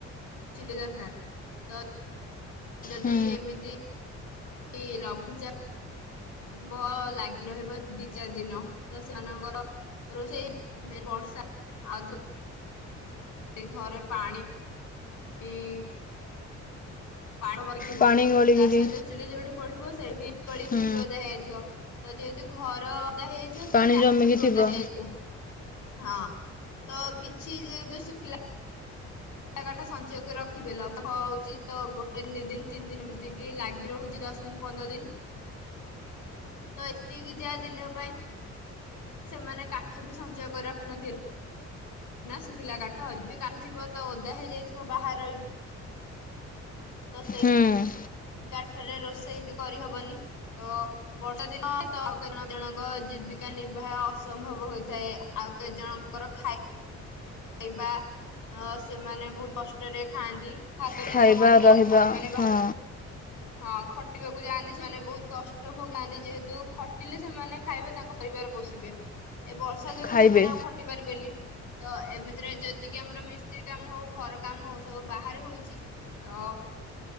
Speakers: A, on the left; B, on the left.
A: ଚୁଲି ଦରକାର ତ ଯଦି
B: ହୁଁ
A: ଏମିତି ଏ ଲଘୁଚା ବ ଲାଗି ରହିବ ଦି ଚାରି ଦିନ ତ ସେମାନଙ୍କର ରୋଷଇ ମେ ବର୍ଷା ଆଉ ଯୋ ସେଇ ଘରେ ପାଣି ଇଁ ପାଳ କରିଥିବ
B: ପାଣି ଗଳିକିରି
A: ତା ସହିତ ଚୁଲି ଯୋଉଠି ପଡୁଥିବ ସେବି ଗଳି
B: ହୁଁ
A: ଚୁଲି ଓଦା ହେଇଯାଇଥିବ ତ ଯେହେତୁ ଘର ଓଦା ହେଇଯାଇଥିବ
B: ପାଣି
A: ସେ କାଠ
B: ଜମିକି
A: ବି
B: ଥିବ
A: ଓଦା ହେଇଯାଇଥିବ। ହଁ ତ କିଛି ଯେହେତୁ ଶୁଖିଲା ଜାଗା ଟା ସଞ୍ଚୟ କରି ରଖିବେ ଲଘୁଚାପ ହଉଚି ତ ଗୋଟେ ଦି ଦିନ ତିନି ଦିନ ଏମତିକି ଲାଗି ରହୁଚି ଜ ଦଶ ଦିନ ପନ୍ଦର ଦିନ ତ ଏତିକି ଜାଆ ଦିନ ପାଇଁ ସେମାନେ କାଠ ବି ସଞ୍ଚୟ କରି ରଖିନଥିବେ ନା ଶୁଖିଲା କାଠ ବି କାଠଥିବ ତ ଓଦା ହେଇଯାଇଥିବ ବାହାରେ ରହିକି ତ ସେ
B: ହୁଁ
A: କାଠରେ ରୋଷେଇ ବି କରିହବନି ତ ବର୍ଷା ଦିନ ତ ଆଉ କେତେ ଜଣଙ୍କ ଜୀବିକା ନିର୍ବାହ ଅସମ୍ଭବ ହୋଇଥାଏ ଆ ଆଉ କେ ଜଣଙ୍କର ଖାଇ ଖାଇବା ଅ ସେମାନେ ବହୁତ କଷ୍ଟରେ ଖାଆନ୍ତି ଖାସ କରି
B: ଖାଇବା
A: ଦିନ ମଜୁରୀଆ
B: ରହିବା
A: ଆଉ ମାନେ ବାହାରକୁ
B: ହଁ
A: ହଁ ଖଟିବାକୁ ଯାଆନ୍ତି ସେମାନେ ବହୁତ କଷ୍ଟ ଭୋଗାନ୍ତି ଯେହେତୁ ଖଟିଲେ ସେମାନେ ଖାଇବେ ତାଙ୍କ ପରିବାର ବଷିବେ ଏ ବର୍ଷା ଯୋଗୁ
B: ଖାଇବେ
A: ସେମାନେ ଆଉ ଖଟି ପାରିବେନି ତ ଏମିତିରେ ଯେତିକି ଆମର ମିସ୍ତ୍ରୀ କାମ ହଉ ଘର କାମ ହଉ ସବୁ ବାହାରେ ହଉଛି ତ